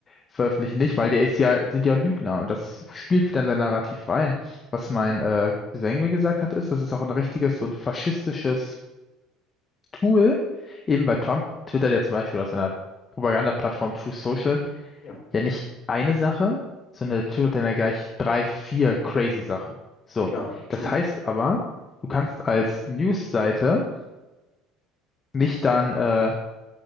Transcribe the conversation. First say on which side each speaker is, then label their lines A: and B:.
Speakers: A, on the left (about 30°); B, on the left (about 50°).
A: veröffentlichen, nicht, weil der ist ja, sind ja Lügner und das spielt wieder in sein Narrativ rein. Was mein äh, Cousin mir gesagt hat, ist, das ist auch ein richtiges, so ein faschistisches Tool, eben weil Trump twittert ja zum Beispiel auf seiner Propagandaplattform Truth Social
B: ja,
A: ja, nicht eine Sache, sondern der Typ hat dann ja gleich drei, vier crazy Sachen. So,
B: ja,
A: das
B: true.
A: heißt aber, du kannst als News-Seite nicht dann, äh,